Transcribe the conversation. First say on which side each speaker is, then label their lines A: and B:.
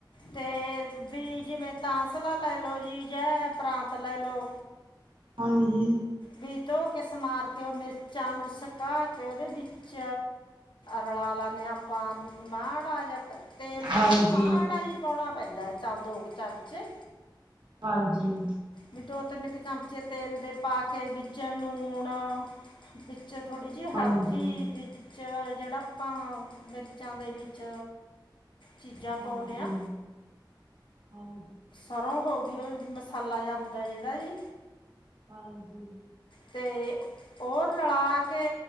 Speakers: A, on the left (about 80°); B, on the right (about 75°).
A: ਤੇ ਵੀ ਜਿਵੇਂ ਤਾਸਲਾ ਲੈਲੋ ਜੀ ਜਹ ਪਰਾਤ ਲੈ ਲੋ।
B: ਹਾਂਜੀ।
A: ਵੀ ਧੋ ਕੇ ਸਮਾਰ ਕੇ, ਉਹ ਮਿਰਚਾਂ ਨੂੰ ਸੁਕਾ ਕੇ ਉਹਦੇ ਵਿੱਚ ਰਲਾ ਲੈ ਲੇ ਨੇ ਅਹ ਆਪਾਂ ਵੀ ਮਾੜਾ ਜਾ ਕਰ। ਤੇਲ
B: ਹਾਂਜੀ।
A: ਤਾਂ ਜੀ ਮਾੜਾ
B: ਹਾਂਜੀ,
A: ਹੀ ਪਾਉਣਾ ਪੈਂਦਾ ਤਾਂ ਦੋ ਕੁ ਚਮਚੇ।
B: ਹਾਂਜੀ।
A: ਵੀ ਦੋ- ਤਿੰਨ ਕੁ ਚਮਚੇ ਤੇਲ ਦੇ ਪਾ ਕੇ ਵਿੱਚ ਨੂਣ ਵਿੱਚ ਥੋੜੀ ਜੀ
B: ਹਾਂਜੀ,
A: ਹਲਦੀ ਵਿੱਚ 'ਚ ਜਿਹੜਾ ਆਪਾਂ ਮਿਰਚਾਂ ਦੇ ਵਿੱਚ ਚੀਜ਼ਾਂ
B: ਹਾਂਜੀ
A: ਪਾਉਂਦੇ ਆ
B: ਹਾਂ।
A: ਸਰੋਂ ਹੋ ਗਈ ਉਹ ਮਸਾਲਾ ਜਾ ਹੁੰਦਾ ਜਿਹੜਾ ਜੀ
B: ਹਾਂਜੀ।
A: ਤੇ ਉਹ ਰਲਾ ਕੇ